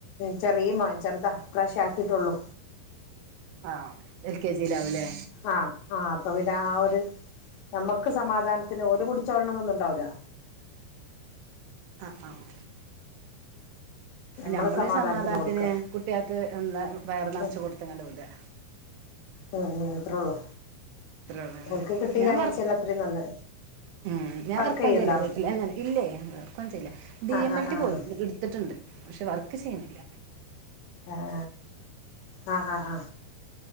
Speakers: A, on the left; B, on the right.
A: ചെറീ മോൻ ചെറുതാ ഇപ്രാവശ്യം ആക്കീട്ടൊള്ളു
B: ആഹ എൽ കെ ജി ലാ വുലെ
A: ആഹ ആഹ അപ്പം പിന്നെ ആഹ് ഒരു ഞമ്മക്ക് സമാധാനത്തിന് ഓല് കുടിച്ചോളണംന്നൊന്നും ഉണ്ടാവൂല
B: ആഹ് ആഹ്
A: നമ്മളെ
B: ഞമ്മളൊരു സമാധാനത്തിന്
A: കൊടുക്ക
B: കുട്ടേക്ക് എന്താ വയറ് നറച്ച്
A: ഉം
B: കൊട്ത്ത്ങ്ങാട്ട് വിടാ
A: ഉം ഉം അത്ര ഉള്ളൂ
B: അത്രേയുള്ളൂല്ലേ
A: ഓൽക്ക് കിട്ടീല്ലാചാരിച്ചാല്
B: ഞാൻ വർ
A: അത്രിം നന്ന്
B: ഉം ഞാൻ
A: വർക്ക്
B: വർക്കൊന്നും
A: ചെയ്യ്ണ്ടോ
B: ചെയ്യില വീട്ടിലെന്നേണ് ഇല്ലേ ഞാൻ വർക്കൊന്നും ചെയ്യില്ല ഡി
A: ആഹ്
B: എം
A: ആഹ്
B: എൽ ടി
A: ആഹ്
B: പോയിട്ട്ണ്ട് ഇട്ത്ത്ട്ടുണ്ട് പക്ഷെ വർക്ക് ചെയ്യുന്നില്ല
A: ആഹ് ആഹ് ആഹ്